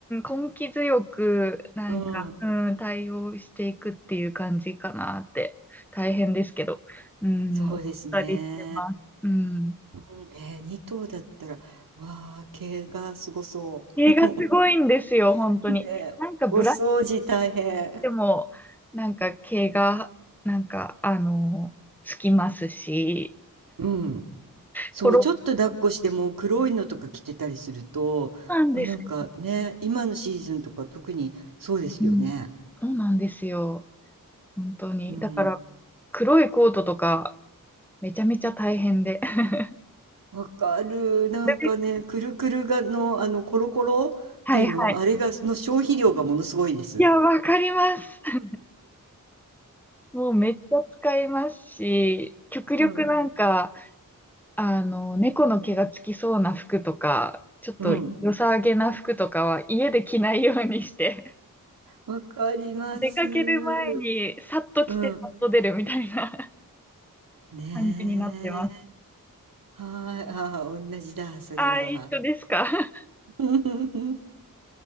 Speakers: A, in the centre; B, on the right (about 70°).
A: ーん、根気強く、なんか、
B: うん。
A: うん、対応していくっていう感じかなって、大変ですけど、うん、
B: そうですね。
A: 思ったりしてます。うん。
B: うんえー、2頭だったら、わあ、毛がすごそう。
A: 毛がすごいんですよ、
B: <laughs>
A: 本当に。
B: ねえ、
A: なんか、ブラシ
B: お掃除大変。
A: でも、なんか、毛が、なんか、あの、つきますし、
B: うん。そう、
A: 転ぶ、
B: ちょっと抱っこしてもう黒いのとか着てたりすると、
A: そうなんですよ。
B: もうなんかね、今のシーズンとか特にそうですよね。
A: うん。そうなんですよ。本当に。
B: うん。
A: だから、黒いコートとか、めちゃめちゃ大変で。<laughs>
B: わかる。なんかね、
A: で
B: くるくるがの、あの、コロコロっていうの、
A: はいはい。
B: あれが、の消費量がものすごいです。
A: いや、わかります。<laughs> もうめっちゃ使いますし、極力なんか、
B: うん。
A: あの、猫の毛がつきそうな服とか、ちょっと良さげな服とかは家で着ないようにして、
B: うん。わかります。
A: <laughs> 出かける前にさっと着てさっと出るみたいな
B: うん。
A: <laughs>
B: ねえ。
A: 感じになってます。
B: はい。ああ、同じだ、それは。
A: ああ、一緒ですか。<laughs>
B: <laughs>